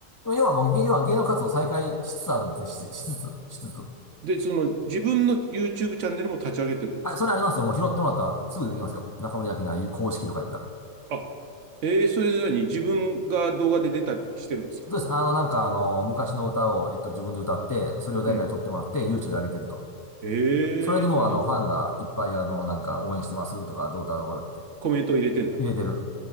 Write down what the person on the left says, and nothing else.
要はもう、要は芸能活動再開しつつあるんですね。し、しつつ、しつつ。
あ、それありますよ。もう拾ってもらったらすぐ出てきますよ。中森明菜公式とか言ったら。
そうです。あの、なんかあの、昔の歌を、えっと、自分で歌って、それを誰かに撮ってもらって、
YouTube で上げてると。
それにもうあの、ファンがいっぱいあの、なんか応援してますとか、どうだとかって
入れてる。